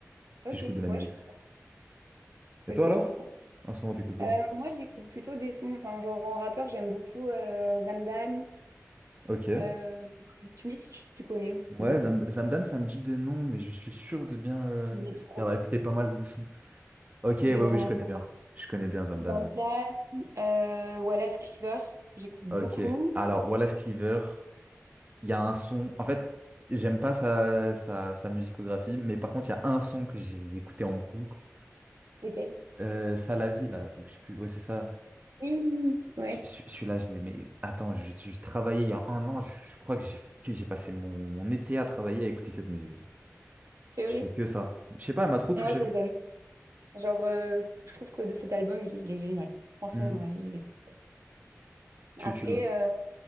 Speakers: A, on the right; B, on the right.
A: Ok,
B: Puis j'écoute de la
A: ouais,
B: musique.
A: je comprends.
B: Et
A: Ok,
B: toi, alors?
A: je comprends.
B: En ce moment, t'écoutes quoi?
A: Euh, moi, j'écoute plutôt des sons. Enfin, genre en rappeur, j'aime beaucoup euh, Zamdan.
B: Ok.
A: Euh, tu me dis si tu, tu connais ou
B: Ouais,
A: pas.
B: Zam- Zamdan, ça me dit de nom, mais je suis sûr de bien euh,
A: Il est trop,
B: d'avoir
A: fort.
B: écouté pas mal de sons. Ok,
A: il
B: ouais, oui,
A: est vraiment
B: je connais
A: trop
B: bien.
A: fort.
B: Je connais bien Zamdan,
A: Van
B: ouais.
A: Damme, euh, Wallace Cleaver, j'écoute beaucoup.
B: Ok. Alors, Wallace Cleaver, il y a un son. En fait, j'aime pas sa, sa, sa musicographie, mais par contre, il y a un son que j'ai écouté en boucle.
A: Lesquels?
B: Euh, ça la vie, là. ou Je sais plus. Ouais, c'est ça.
A: Oui, ouais,
B: Ce- ce- Celui-là, je l'ai. Mais attends, je, je travaillais il y a un an. Je, je crois que j'ai fait- que j'ai passé mon, mon été à travailler à écouter cette musique.
A: c'est
B: J'ai
A: vrai.
B: fait que ça. Je sais pas, elle m'a trop touché.
A: Moi, je les aime. Genre, euh, je trouve que de cet album, il est, il est génial. Franchement,
B: Hmm.
A: ouais, il est trop.
B: Tu,
A: Après,
B: tu
A: euh,